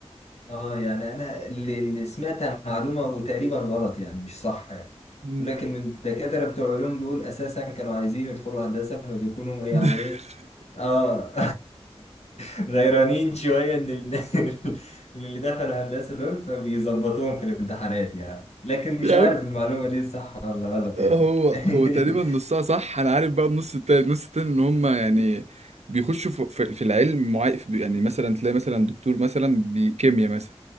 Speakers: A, on the left; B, on the right.
A: اه يعني انا اللي اللي سمعتها معلومه وتقريبا غلط يعني مش صح يعني
B: مم.
A: لكن الدكاتره بتوع علوم دول اساسا كانوا عايزين يدخلوا هندسه فبيكونوا يعني
B: <laughs>
A: ايه اه <laughs> غيرانين شويه ان ال- من اللي دخلوا هندسه دول فبيظبطوهم في الامتحانات يعني لكن
B: يعني
A: مش عارف المعلومه دي صح ولا غلط
B: هو
A: يعني <laughs>
B: هو تقريبا نصها صح انا عارف بقى النص التاني النص التاني ان هم يعني بيخشوا في, في في العلم معين يعني مثلا تلاقي مثلا دكتور مثلا بكيمياء مثلا